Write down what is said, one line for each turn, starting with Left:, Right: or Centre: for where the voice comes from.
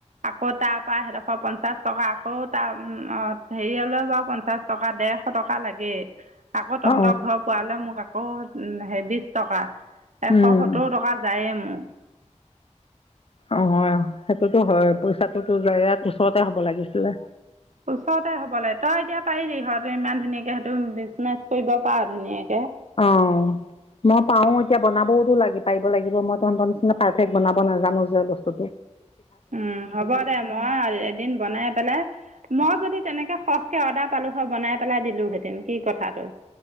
Right: আকৌ তাৰ পৰা সেইডখৰ পঞ্চাশ টকা, আকৌ তাৰ হেৰি হলে বাৰু পঞ্চাশ টকা দেৰশ টকা লাগেই। আকৌ তহঁতৰ
Left: অ
Right: ঘৰ পোৱালৈ মোক আক। অ সেই বিশ টকা। এশ
Left: উম।
Right: সত্তৰ টকা যায়ে মোৰ। উ <inaudible>
Left: অ সেইটোতো হয়, পইচাটোতো যায়, ইয়াত ওচৰতে হব লাগিছিলে।
Right: ওচৰতে হব লাগে, তই এতিয়া পাৰিবি ঘৰতে ইমান ধুনীয়াকে সেইটো, বিজনেচ কৰিব পাৰ ধুনাকে।
Left: অ মই পাওঁ। এতিয়া বনাবওটো লাগি পাৰিব লাগিব, মই তহঁতৰ নিচিনা পাৰফেক্ট বনাব নাজানো যে বস্তুতটো।
Right: উম হ'ব দে, মই এদিন বনাই পেলাই। মই যদি তেনেকে সহ কে অৰ্দাৰ পালো হয় বনাই পেলাই দিলো। হেতেন কি কথাটো।